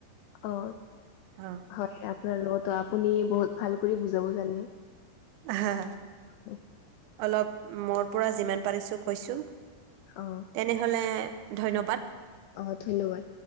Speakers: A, on the left; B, on the right.
A: অ
B: অ
A: হয় আপোনাৰ লগতো আপুনি বহুত ভাল কৰি বুজাব জানে
B: হা
A: <unintelligible>
B: অলপ মোৰ পৰা যিমান পাৰিছো কৈছো
A: অ
B: তেনেহলে ধন্যবাদ
A: অ ধন্যবাদ